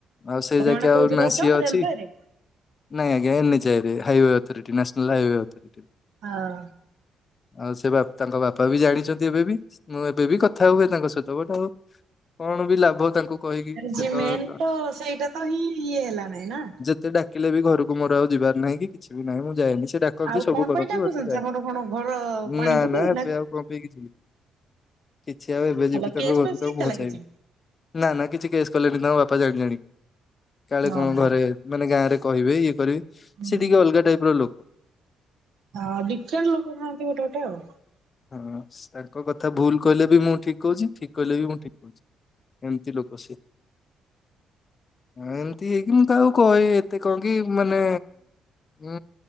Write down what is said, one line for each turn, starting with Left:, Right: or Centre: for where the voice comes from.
Left: ଆଉ ସେଇ
Right: ତମେ
Left: ଯାକେ
Right: ମାନେ
Left: ନା
Right: କୋଉଥିରେ
Left: ଆଉ ନା
Right: ଅଛ
Left: ସିଏ ଅଛି
Right: ରେଲୱେରେ
Left: ନାଇଁ ଆଜ୍ଞା ଏନଚଆଇରେ highway authority national highway authority.
Right: ହଁ।
Left: ଆଉ ସେ ବା ତାଙ୍କ ବାପା ବି ଜାଣିଛନ୍ତି ଏବେ ବି। ମୁଁ ଏବେ ବି କଥା ହୁଏ ତାଙ୍କ ସହିତ। ବଟ୍ ଆଉ କଣ ବି ଲାଭ ତାଙ୍କୁ କହିକି
Right: ଆରେ
Left: ଯେତେବେଳେ
Right: ଯିଏ ମେନ୍ ତ ସେଇଟା ତ ହିଁ ଇଏ ହେଲା ନାଇଁ ନା।
Left: ସେ ଡାକିଲେ ବି ଘରକୁ ମର ଆଉ ଯିବାର ନାହିଁ କି କିଛି ବି ନାହିଁ ମୁଁ ଯାଏନି। ସେ ଡାକନ୍ତି
Right: ଆଉ
Left: ସବୁ
Right: କଣ
Left: କରନ୍ତି
Right: ପାଇଁ ଡାକୁଛନ୍ତି
Left: ବଟ୍ ମୁଁ ଯାଏନି।
Right: ଆମର କଣ ଘର ପାଣି
Left: ନା
Right: ପକେଇବେ
Left: ନା ଏବେ ଆଉ କଣ ପେଇଁ ବି ଯିବି। କିଛି ଆଉ ଏବେ
Right: ଭଲ
Left: ଯିବି ତାଙ୍କ
Right: କେସ୍
Left: ଘରୁକୁ
Right: ଫେସ୍
Left: ତା
Right: ହେଇଥିଲା
Left: ମୁହଁ ଚାହିଁବିନି।
Right: କିଛି?
Left: ନା ନା କିଛି କେସ୍ କଲେନି ତାଙ୍କ ବାପା ଜାଣି ଜାଣି। କାଳେ
Right: ହଁ।
Left: କଣ
Right: ହଁ।
Left: ଘରେ ମାନେ ଗାଁ ରେ କହିବେ ଇଏ କରିବେ।
Right: ହୁଁ
Left: ସେ ଟିକେ ଅଲଗା ଟାଇପ ର ଲୋକ।
Right: ହଁ ଡିଫରେଣ୍ଟ ଲୋକ ଥାଆନ୍ତି ଗୋଟେ ଗୋଟେ ଆଉ।
Left: ହଁ, ତାଙ୍କ କଥା ଭୁଲ କହିଲେ ବି ମୁଁ ଠିକ୍ କହୁଚି ଠିକ୍ କହିଲେ ବି ମୁଁ ଠିକ୍ କହୁଚି। ଏମିତି ଲୋକ ସିଏ।
Right: <inaudible>
Left: ଏମତି ହେଇକି ମୁଁ କାହାକୁ କହିବି ଏତେ କଣ କି ମାନେ ଉଁ